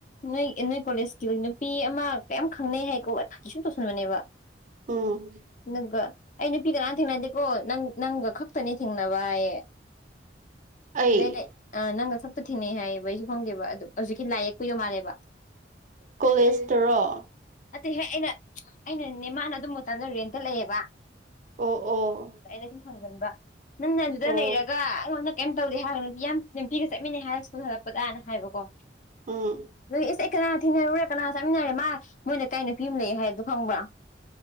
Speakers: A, on the left (about 45°); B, on the right (about 45°).
A: ꯅꯣꯏ ꯅꯣꯏ ꯀꯣꯂꯦꯖꯀꯤ ꯅꯨꯄꯤ ꯑꯃ ꯀꯌꯥꯝ ꯈꯪꯅꯩ ꯍꯥꯏꯀꯣ ꯊ ꯁꯨꯝ ꯇꯧꯁꯟꯕꯅꯦꯕ
B: ꯎꯝ
A: ꯑꯗꯨꯒ ꯑꯩ ꯅꯨꯄꯤꯒ ꯅꯍꯥꯟ ꯊꯦꯡꯅꯗꯦꯀꯣ ꯅꯪ ꯅꯪꯒ ꯈꯛꯇꯅꯦ ꯊꯦꯡꯅꯕ ꯍꯥꯏ
B: ꯑꯩ
A: <unintelligible> ꯑ ꯅꯪꯒ ꯈꯛꯇ ꯊꯤꯅꯩ ꯍꯥꯏꯌꯦꯕ ꯑꯩꯁꯨ ꯐꯪꯗꯦꯕ ꯑꯗꯨ ꯍꯧꯖꯤꯛꯀꯤ ꯂꯥꯏ ꯌꯦꯛꯄꯨ ꯌꯧ ꯃꯥꯜꯂꯦꯕ
B: ꯀꯣꯂꯦꯖꯇꯔꯣ
A: ꯑꯍꯦꯛ ꯑꯩꯅ ꯑꯩꯅ ꯅꯦꯃꯥꯟꯅ ꯑꯗꯨꯝꯕ ꯃꯇꯗ ꯔꯦꯟꯇ ꯂꯩꯑꯦꯕ
B: ꯑꯣ ꯑꯣ
A: ꯑꯩꯅ ꯁꯨꯝ ꯍꯪꯒꯟꯕ ꯅꯪꯅ ꯑꯗꯨꯗ
B: ꯑꯣ
A: ꯂꯩꯔꯒ ꯑꯩꯉꯣꯟꯗ ꯀꯦꯝ ꯇꯧꯗꯦ ꯍꯥꯏꯕ ꯅꯨꯄꯤ ꯌꯥꯝ ꯅꯨꯄꯤꯤꯒ ꯆꯠꯃꯤꯟꯅꯩ ꯍꯥꯏ ꯁ꯭ꯀꯨꯜ ꯍꯜꯂꯛꯄꯗꯅ ꯍꯥꯏꯕꯀꯣ
B: ꯎꯝ
A: ꯑꯗꯨꯗꯤ ꯑꯦꯁ ꯑꯩ ꯀꯅꯥ ꯊꯦꯡꯅꯔꯨꯔꯦ ꯀꯅꯥ ꯆꯥꯃꯤꯟꯅꯔꯦ ꯃꯥ ꯃꯣꯏꯅ ꯀꯥꯏꯩꯅꯣ ꯐꯤꯝ ꯂꯩ ꯍꯥꯏꯕꯗꯨꯣ ꯈꯪꯕ꯭ꯔꯥ <inaudible>